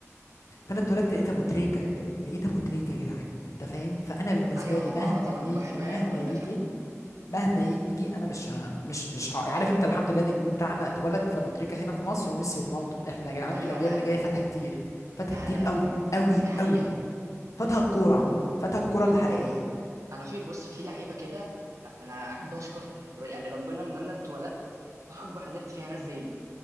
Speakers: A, on the left (about 80°); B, on the right (about 80°).
A: فانا اتولدت لقيت ابو تريكه يعني لقيت ابو تريكه يا جدعان انت فاهم فانا بالنسبه
B: ايوه
A: لي
B: هو
A: مهما
B: عظمه
A: يجي
B: ان الواحد وعي
A: مهما
B: على كل
A: يجي
B: ده فعلا
A: مهما يجي انا مش ها مش مش ها عارف انت الحمد لله ان الجيل بتاعنا اتولد فابو تريكه هنا في مصر وميسي ورونالدو احنا يا جدعان
B: ايوه
A: الاجيال
B: انا
A: اللي
B: ب...
A: جايه فاتها كتير فاتها
B: ده
A: كتير
B: ده
A: قوي
B: ب...
A: قوي
B: دي حقيقه
A: قوي فاتها الكوره عموما فاتها الكوره الحقيقيه
B: انا في بص في لعيبه كده انا احب اشكر يعني ربنا ان انا اتولدت في حقبه حضرت فيها ناس زي دي